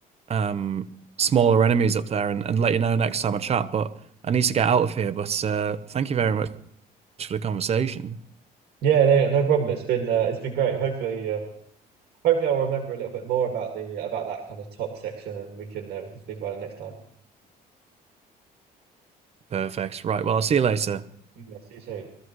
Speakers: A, on the right (about 35°); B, on the right (about 70°).
A: um smaller enemies up there, and, and let you know next time I chat. But I need to get out of here. But uh, thank you very much for the conversation.
B: yeah, no, yeah. No problem. It's been uh, it's been great. Hopefully, uh, hopefully I'll remember a little bit more about the about that kind of top section, and we can uh, we can speak about it next time.
A: Perfect. Right. Well, I'll see you later.
B: Yeah, see you soon.